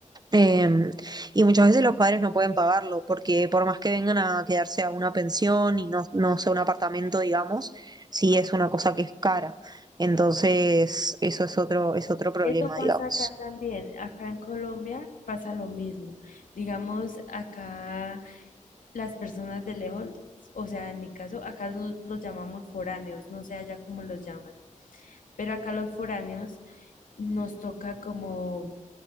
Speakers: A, on the right; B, on the left.
A: Em, y muchas veces los padres no pueden pagarlo porque por más que vengan a quedarse a una pensión y no, no sea un apartamento, digamos, sí es una cosa que es cara. Entonces, eso es otro, es otro problema,
B: Esto pasa
A: digamos.
B: acá también. Acá en Colombia pasa lo mismo. Digamos, acá las personas de lejos, o sea, en mi caso, acá los, los llamamos foráneos, no sé allá cómo los llaman, pero acá los foráneos nos toca como